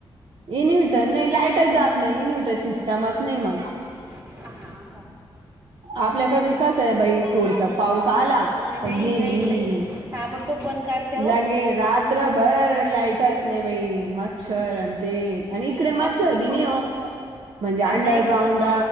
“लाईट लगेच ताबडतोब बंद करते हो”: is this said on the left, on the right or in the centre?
Right